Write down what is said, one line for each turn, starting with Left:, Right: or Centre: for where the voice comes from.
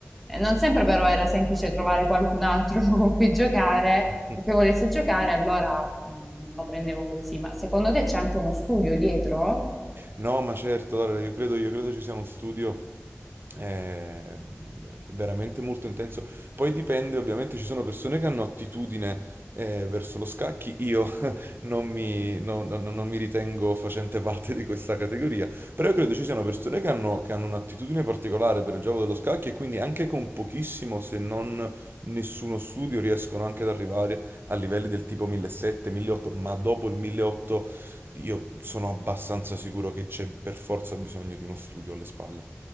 Centre: Eh, Non sempre però era semplice trovare qualcun altro <laughs> con cui giocare
Right: <laughs>
Centre: o che volesse giocare, allora mh, lo prendevo così. Ma secondo te c'è anche uno studio dietro?
Right: No, ma certo, Daria, io credo, io credo ci sia uno studio eh, veramente molto intenso. Poi dipende, ovviamente ci sono persone che hanno attitudine eh, verso lo scacchi. Io non mi, no- no- no- non mi ritengo facente parte di questa categoria, però io credo ci siano persone che hanno, che hanno un'attitudine particolare per il gioco dello scacchi e quindi anche con pochissimo, se non nessuno studio, riescono anche ad arrivare a livelli del tipo 1700, 1800, ma dopo il 1800 io sono abbastanza sicuro che c'è per forza bisogno di uno studio alle spalle.